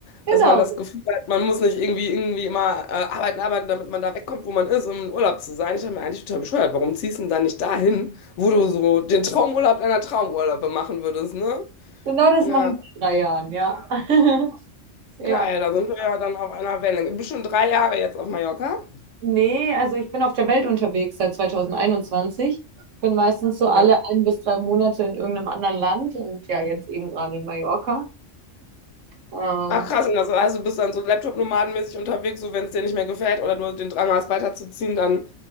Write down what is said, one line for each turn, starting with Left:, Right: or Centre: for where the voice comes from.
Right: Genau,
Left: Dass man das Gefühl hat, man muss nicht irgendwie irgendwie immer äh, arbeiten, arbeiten, damit man da wegkommt, wo man ist, um in Urlaub zu sein. Ich habe mir eigentlich total bescheuert, warum ziehst du denn dann nicht dahin, wo du so den Traumurlaub deiner Traumurlaube machen würdest, ne?
Right: genau das
Left: Ja,
Right: mache ich seit drei Jahren, ja. <laughs> Ja.
Left: geil, da sind wir ja dann auf einer Wellenlänge. Du bist schon drei Jahre jetzt auf Mallorca.
Right: Nee, also ich bin auf der Welt unterwegs seit 2021. Bin meistens so alle
Left: Ja.
Right: ein bis drei Monate in irgendeinem anderen Land und ja, jetzt eben gerade in Mallorca. Ähm,
Left: Ach krass, und das heißt, du bist dann so Laptop-nomadenmäßig unterwegs, so wenn es dir nicht mehr gefällt oder du den Drang hast, weiterzuziehen, dann